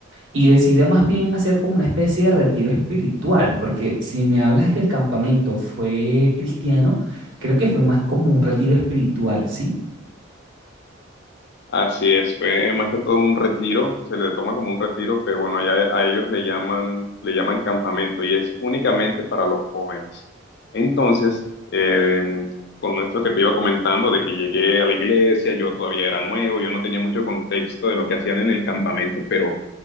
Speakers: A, on the right (about 75°); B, on the left (about 60°).
A: y decidí más bien hacer como una especie de retiro espiritual, porque si me hablas que el campamento fue cristiano, creo que fue más como un retiro espiritual, ¿sí?
B: Así es, fue más que todo un retiro, se le toma como un retiro, pero bueno, allá a ellos le llaman, le llaman campamento y es únicamente para los jóvenes. Entonces, eh, con esto que te iba comentando de que llegué a la iglesia, yo todavía era nuevo, yo no tenía mucho contexto de lo que hacían en el campamento, pero